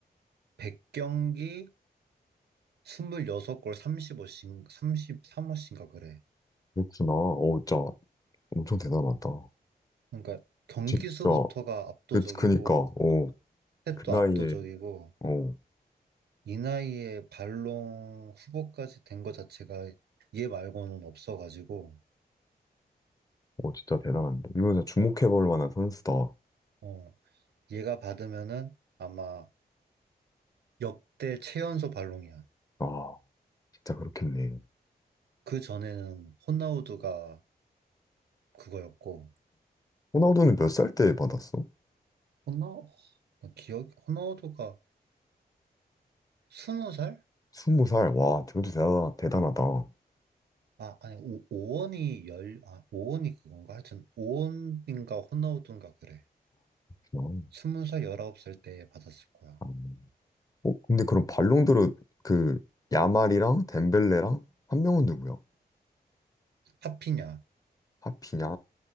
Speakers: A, on the right; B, on the left.
A: 100경기 26골 35씩, 3 3호씩가 그래.
B: 그렇구나. 어, 진짜 엄청 대단하다.
A: 그러니까 경기수부터가
B: 진짜
A: 압도적이고
B: 그 그니까 어,
A: 스텝도
B: 그 나이에
A: 압도적이고
B: 어,
A: 이 나이에 발롱 후보까지 된 것 자체가 얘 말고는 없어가지고
B: 어 진짜 대단한데. 이건 진짜 주목해볼 만한 선수다.
A: 어 얘가 받으면은 아마 역대 최연소 발롱이야.
B: 아, 진짜 그렇겠네.
A: 그 전에는 호나우두가 그거였고
B: 호나우두는 몇 살 때 받았어?
A: 호나 나 기억 호나우두가 스무 살?
B: 20살. 와, 저도 대단하, 대단하다. 아,
A: 아 아니 오, 오원이 열아 오원이 그건가 하여튼 오원인가 호나우두인가 그래.
B: 그렇구나.
A: 스무 살 열아홉 살 때 받았을 거야.
B: 아, 어, 근데 그럼 발롱도르 그 야말이랑 덴벨레랑 한 명은 누구야?
A: 하피냐.
B: 하피냐?